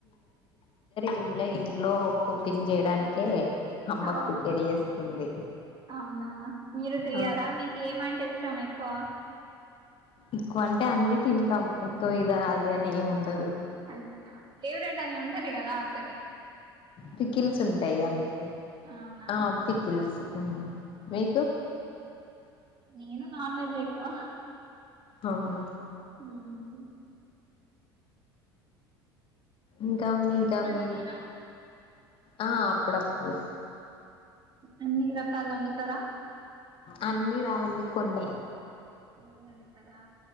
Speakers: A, on the left; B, on the right.
A: ఇండ్లో ఇంట్లో కుకింగ్ చేయడానికే అమ్మ
B: ఆ
A: ప్రిపేర్ చేస్తుంది
B: అవునా మీరు చెయ్యారా
A: ఆ
B: మీకు ఏమంటే ఇష్టమెక్కువ
A: ఎక్కువ అంటే అన్ని తింటం ఎక్కువ ఇదా అది అని ఏమి ఉండదు
B: అంతెనా ఫేవరెట్ అని ఉంటది కదా ఒక్కటి
A: పకిల్స్ ఉంటాయ్ అంతే
B: అవునా
A: ఆ పికిల్స్ మీకు
B: ఓకే.
A: ఉత్
B: నేను నాన్వెజ్ ఎక్కువ
A: అవును
B: హుమ్
A: ఇంకా ఇంకా
B: మీరు వండుతారా
A: మీ ఆ అప్పుడప్పుడు
B: అన్ని రకాలు ఒండుతరా
A: అన్నీ రావండి కొన్ని
B: కొన్నే వండుతరా